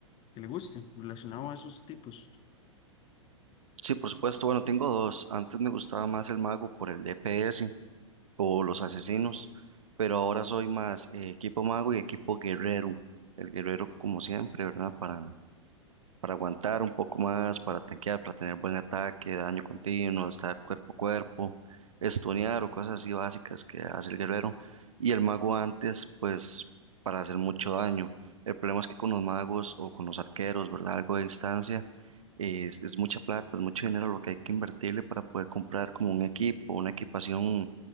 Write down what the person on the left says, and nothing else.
que le guste relacionado a esos tipos?